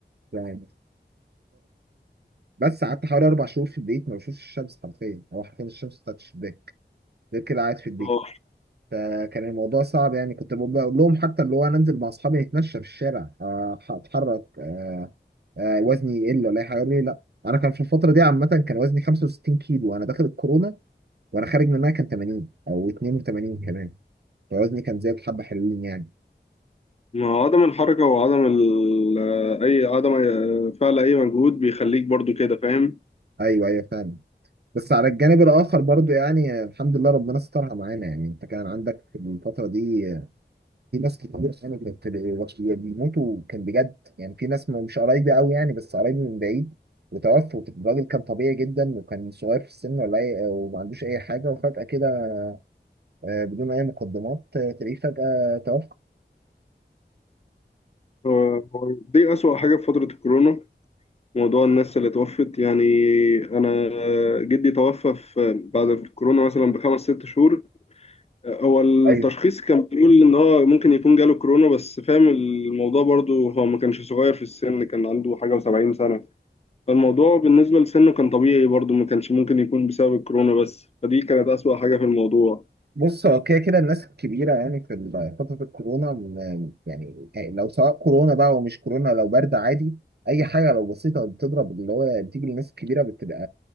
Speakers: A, on the right; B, on the left.
A: يعني بس قعدت حوالي أربع شهور في البيت ما بشوفش الشمس حرفيا هو حرفيا الشمس بتاعت الشباك غير كده قاعد في البيت
B: آه،
A: فكان الموضوع صعب يعني كنت بقول لهم حتى اللي هو أنا أنزل مع أصحابي نتمشى في الشارع آه، أتحرك آه، آه، وزني يقل ولا اي حاجه قال لي لا انا كان في الفتره دي عامه كان وزني 65 كيلو وانا داخل الكورونا وانا خارج منها كان 80 او 82 كمان فوزني كان زاد حبه حلوين يعني
B: ما هو عدم الحركة وعدم ال- آه، أي عدم آه، فعل أي مجهود بيخليك برضو كده فاهم
A: ايوه ايوه فاهم بس على الجانب الاخر برضو يعني آه، الحمد لله ربنا سترها معانا يعني انت كان عندك في الفتره دي آه، في ناس كتير يعني كانت بت- بيموتوا كان بجد يعني في ناس ما- مش قرايبي قوي يعني بس قرايبي من بعيد وتوفوا الراجل كان طبيعي جدا وكان صغير في السن ولا اي وما عندوش اي حاجه وفجاه كده آه، بدون اي مقدمات آه، تلاقيه فجأة توفى
B: آه، دي أسوأ حاجة في فترة الكورونا موضوع الناس اللي توفت يعني انا جدي توفى في بعد الكورونا مثلا بخمس ست شهور هو التشخيص
A: ايوه
B: كان بيقول ان هو ممكن يكون جاله كورونا بس فاهم الموضوع برضو هو ما كانش صغير في السن كان عنده حاجة و70 سنة فالموضوع بالنسبة لسنه كان طبيعي برضو ما كانش ممكن يكون بسبب الكورونا بس فدي كانت أسوأ حاجة في الموضوع
A: بص هو كده كده الناس الكبيرة يعني في ال- فترة الكورونا م- يعني لو سواء كورونا بقى ومش كورونا لو برد عادي أي حاجة لو بسيطة بتضرب اللي هو بتيجي للناس الكبيرة بتبقى